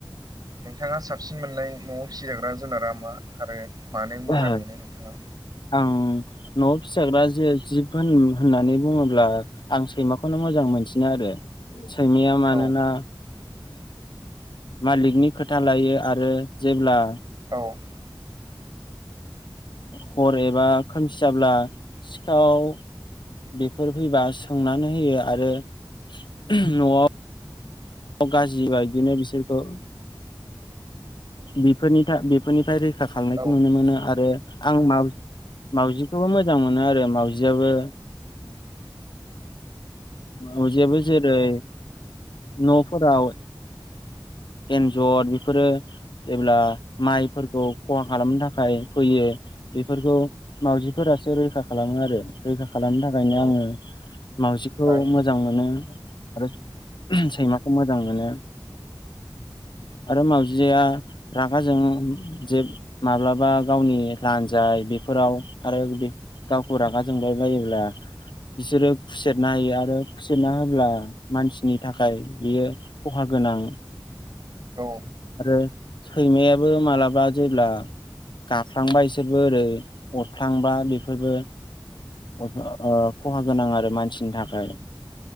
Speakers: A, on the right; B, on the left.
A: नोंथाङा साबसिन मोननाय न'आव फिसिजाग्रा जुनारा मा आरो मानो मोजां
B: ओ
A: मोनो नोंथाङा?
B: आं न'आव फिसाग्रा जे जिब होन होननानै बुङोब्ला आं सैमाखौनो मोजां मोनसिनो आरो सैमाया मानोना
A: औ
B: मालिकनि खोथा लायो आरो जेब्ला
A: औ
B: हर एबा खोमसि जाब्ला सिखाव बेफोर फैबा सोंनानै होयो आरो न'आव गाज्रिबा बिदिनो बिसोरखौ बेफोरनि बेफोरनिफ्राय रैखा खालामनायखौ
A: औ
B: नुनो मोनो आरो आं माव मावजिखौबो मोजां मोनो आरो मावजियाबो मावजियाबो जेरै न'फोराव एन्जर बेफोरो जेब्ला माइफोरखौ खहा खालामनो थाखाय फैयो बेफोरखौ मावाउजिफोरासो रैखा खालामो आरो रैखा खालामनो थाखायनो
A: औ
B: आङो माउजिखौ
A: थारैनो
B: मोजां मोनो आरो सैमाखौ मोजां मोनो आरो माउजिया रागाजों जे माब्लाबा गावनि लानजाय बेफोराव आरो गावखौ रागा जोंबाय बायोब्ला बिसोरो खुसेरना होयो आरो खुसेरना होब्ला मानसिनि थाखाय बियो खहा गोनां
A: औ
B: आरो सैमायाबो मालाबा जेब्ला गाफ्लांबा इसोरबो ओरै अरफ्लांबा बेफोरबो ओ खहा गोनां आरो मानसिनि थाखाय